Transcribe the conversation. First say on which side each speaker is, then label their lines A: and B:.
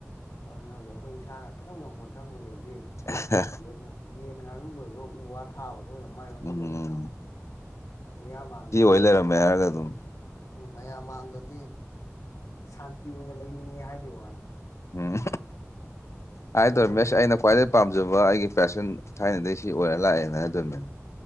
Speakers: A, on the left (about 80°); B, on the left (about 60°).
A: ꯑꯗꯨꯅ ꯍꯧꯖꯤꯛ ꯑꯩꯈꯣꯏ ꯏꯁꯥꯅ ꯀꯔꯤꯝ ꯉꯝꯃꯣꯏ ꯈꯪꯕꯒꯤꯦ ꯍꯧꯖꯤꯛ
B: ꯍ
A: ꯌꯦꯟ ꯌꯦꯟ ꯉꯥꯅꯨ ꯂꯣꯏꯕ ꯎ ꯋꯥ ꯑꯊꯥꯕꯗ ꯑꯣꯏꯅ ꯃꯥꯏ ꯑꯣꯟꯁꯤꯜꯂꯛꯏꯁ
B: ꯎꯝ
A: ꯃꯤꯌꯥꯝ ꯃꯥꯟꯗꯅ
B: ꯂꯣꯏ ꯂꯩꯔꯝꯃꯦ ꯍꯥꯏꯔꯒ ꯑꯗꯨꯝ
A: ꯎꯝ ꯃꯌꯥꯝ ꯃꯥꯡꯗꯗꯤ ꯁꯥꯟꯇꯤ ꯑꯣꯏꯅ ꯂꯩꯅꯤꯡꯉꯦ ꯍꯥꯏꯕꯒꯤ ꯋꯥꯅꯤꯗ
B: ꯎꯝ ꯍꯥꯏꯗꯣ
A: ꯁꯣꯝꯗꯅ
B: ꯔꯃꯦꯁ ꯑꯩꯅ ꯀꯋꯥ ꯄꯥꯝꯖꯕ ꯑꯩꯒꯤ ꯄꯦꯁꯟ ꯊꯥꯏꯅꯗꯒꯤ ꯁꯤ ꯑꯣꯏꯔ ꯂꯥꯛꯑꯦꯅ ꯑꯗꯨ ꯑꯗꯨꯕꯃꯤꯅ